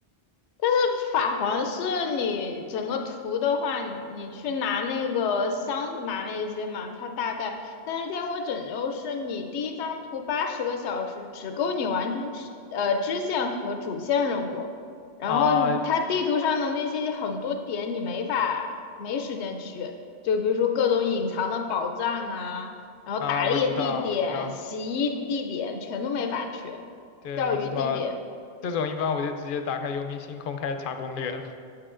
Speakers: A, on the left; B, on the left.
A: 但是法环是你整个图的话，你去拿那个箱子拿那些嘛，它大概。但是天国拯救是你第一张图八十个小时，只够你完成支呃支线和主线任务。然后你它地图上的那些很多点你没法没时间去，
B: 啊
A: 就比如说各种隐藏的宝藏啊，然后打猎地点、
B: 啊，我知道，我知道，
A: 洗衣地点全都没法去，
B: 对，
A: 钓鱼地点。
B: 我知道，这种一般我就直接打开游民星空开始查攻略了。